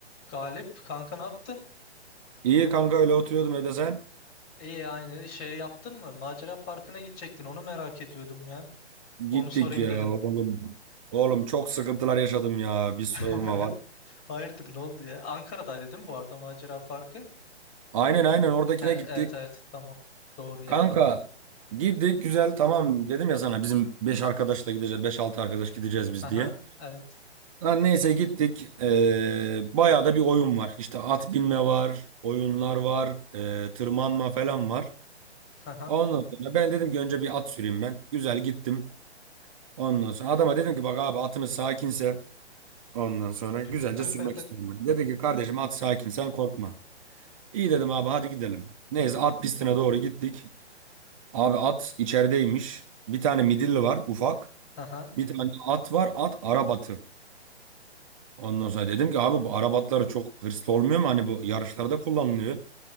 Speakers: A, on the left; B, on the right.
A: Galip kanka ne yaptın?
B: İyi kanka öyle oturuyordum Ede sen.
A: İyi aynı şey yaptın mı? Macera parkına gidecektin onu merak ediyordum ya.
B: Gittik
A: Onu sorayım
B: ya
A: dedim.
B: oğlum. Oğlum çok sıkıntılar yaşadım ya. Bir sorma
A: <laughs>
B: var.
A: Hayırdır ne oldu ya? Ankara'daydı değil mi bu arada macera parkı?
B: Aynen aynen oradakine
A: Ha,
B: gittik.
A: evet evet tamam. Doğru yer.
B: Kanka gittik güzel tamam dedim ya sana bizim 5 arkadaşla gideceğiz. beş altı arkadaş gideceğiz biz
A: Haha
B: diye.
A: evet.
B: Lan neyse gittik. Ee, bayağı da bir oyun var. İşte at binme var. Oyunlar var. ee, tırmanma falan var.
A: Haha.
B: Ondan sonra ben dedim ki önce bir at süreyim ben. Güzel gittim. Ondan sonra adama dedim ki bak abi atınız sakinse Ondan sonra güzelce
A: <laughs>
B: sürmek istiyorum ben. Dedi ki kardeşim at sakin sen korkma. İyi dedim abi hadi gidelim. Neyse at pistine doğru gittik. Abi at içerideymiş. Bir tane midilli var ufak.
A: Haha.
B: Bir tane at var at arabatı. Ondan sonra dedim ki abi bu arabatları çok hırslı olmuyor mu? Hani bu yarışlarda kullanılıyor.